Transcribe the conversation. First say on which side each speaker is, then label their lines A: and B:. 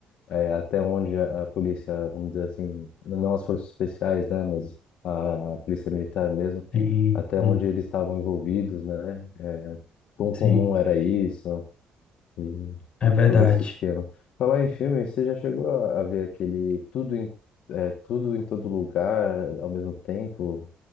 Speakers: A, on the left; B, on the left.
A: é, até onde a, a polícia, vamos dizer assim, não as forças especiais, né? Mas a, a polícia militar mesmo,
B: Sim,
A: até
B: hum,
A: onde eles estavam envolvidos, né? É, quão
B: sim,
A: comum era isso e
B: é verdade.
A: todo esse esquema. Falar em filme, você já chegou a, a ver aquele tudo em, é, tudo em todo lugar ao mesmo tempo?